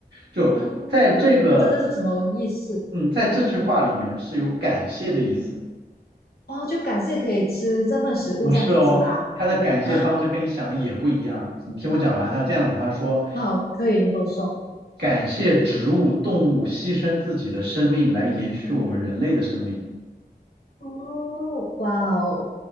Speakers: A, on the right (about 85°); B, on the left (about 65°).
A: 就在这个，
B: 哦，那它真正是什么意思？
A: 嗯，在这句话里面是有感谢的意思，
B: 哦，就感谢可以吃这份食物这样子是吧？
A: 不是哦。他的感谢方式跟你想的也不一样。
B: 啊，
A: 你听我讲完，他这样子，他说
B: 好，可以，你跟我说。
A: 感谢植物、动物牺牲自己的生命来延续我们人类的生命。
B: 哦，哇哦，